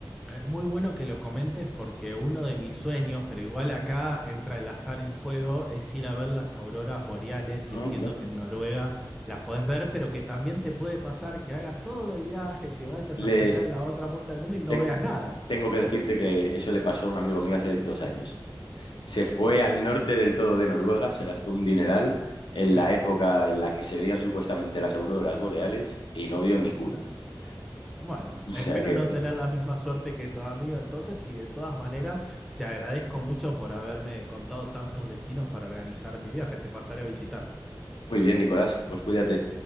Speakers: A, in the centre; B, on the left.
A: Es muy bueno que lo comentes porque uno de mis sueños, pero igual acá entra el azar en juego, es ir a ver las auroras boreales
B: Ah,
A: y entiendo
B: no
A: que en Noruega las podés ver, pero que también te puede pasar que hagas todo el viaje, te vayas
B: Le,
A: hasta allá en la otra punta del mundo y no
B: ten-
A: veas nada.
B: tengo que decirte que eso le pasó a un amigo mío hace dos años. Se fue al norte del todo de Noruega, se gastó un dineral en
A: Sí.
B: la época en la que se veían supuestamente las auroras boreales y no vio ninguna. <laughs>
A: Bueno,
B: O sea
A: espero
B: que,
A: no tener la misma suerte que tu amigo entonces y de todas maneras te agradezco mucho por haberme contado tantos destinos para organizar mi viaje, te pasaré a visitar.
B: muy bien, Nicolás, pues cuídate.